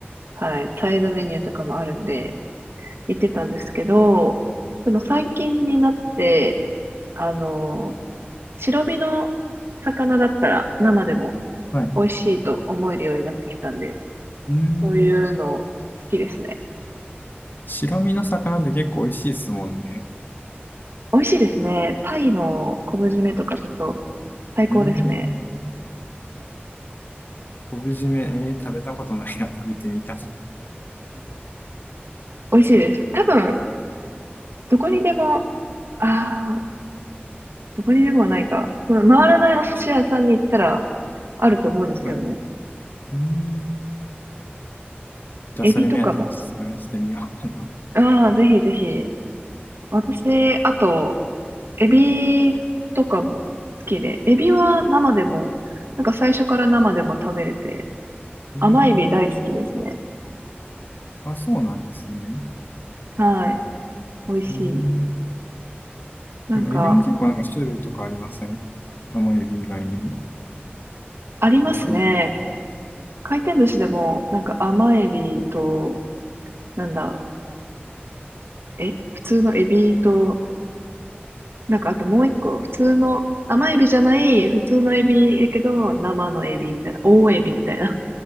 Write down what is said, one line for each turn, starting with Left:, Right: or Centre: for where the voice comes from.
Right: はい、サイドメニューとかもあるんで、行ってたんですけど、でも最近になって、あの、白身の魚だったら生でも
Left: はい。
Right: 美味しいと思えるようになってきたんで、
Left: うん。
Right: そういうの好きですね。
Left: 白身の魚って結構美味しいですもんね。
Right: 美味しいですね。タイの昆布締めとかちょっと最高ですね。
Left: うん。昆布締め、えー食べたことないな。食べてみたい。
Right: 美味しいです。多分、どこにでも、ああ、どこにでもはないか。その回らないお寿司屋さんに行ったらあると思うんですけどね。
Left: はい。うん。じゃあ、
Right: エビとかも。
Left: それ目当てに探してみようかな。
Right: ああ、ぜひぜひ。私、あと、エビとかも好きで。エビは生でも、なんか最初から生でも食べれて、
Left: うん。
Right: 甘エビ大好きですね。
Left: あ、そうなんですね。
Right: はい。美味しい。
Left: うん。
Right: なんか、
Left: でも、エビも結構なんか種類とかありません甘エビ以外にも。
Right: ありますね。
Left: なんかいろい
Right: 回転寿司でも、なんか甘エビと、なんだ、え、普通のエビと、なんかあともう一個、普通の、甘エビじゃない、普通のエビやけど、生のエビみたいな、大エビみたいな、